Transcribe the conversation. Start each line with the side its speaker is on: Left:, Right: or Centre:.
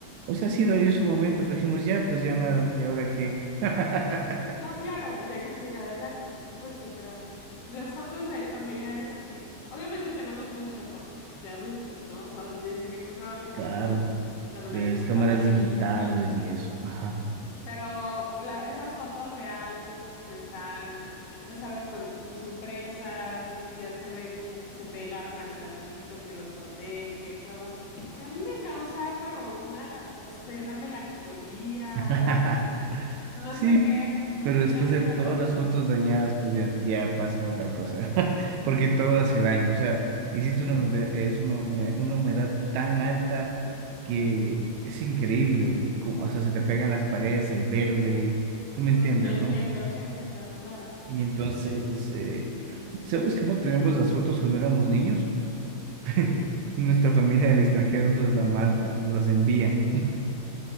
Right: O sea, sí dolió en su momento, pero dijimos, ya, pues ya nada, ¿y ahora qué? <laughs>
Left: No, claro, pues hay que seguir adelante, por supuesto, pero las fotos de familiares así, obviamente tenemos muchas con- de adultos, ¿no? O sea, desde que empezaron los teléfonos
Right: Claro,
Left: celulares
Right: de las
Left: con
Right: cámaras
Left: cámara
Right: digitales
Left: hay un montón.
Right: y eso. Ajá.
Left: Pero la- esas fotos de álbum que están, ya sabes, con pues impresas y que ya se ve como que se pegaron al plastiquito que los protege y todo. Ay, a mí me causa, pero una, no sé, una melancolía,
Right: <laughs>
Left: un- no
Right: Sí,
Left: sé qué.
Right: pero
Left: Me
Right: después
Left: encanta
Right: de
Left: ir
Right: todas
Left: a verlos.
Right: las fotos dañadas, pues ya, ya pasa otra cosa, <laughs> porque todo hace daño. O sea, existe una humedad, es una, una- una humedad tan alta que es increíble, como, o sea, se te pegan las paredes, el verde, tú me
Left: Mm,
Right: entiendes,
Left: entiendo,
Right: ¿no?
Left: sí entiendo, claro.
Right: Y entonces, eh, ¿sabes cómo tenemos las fotos cuando éramos niños? <laughs>
Left: Mm, mm.
Right: Nuestra familia del extranjero nos las manda, nos las envían.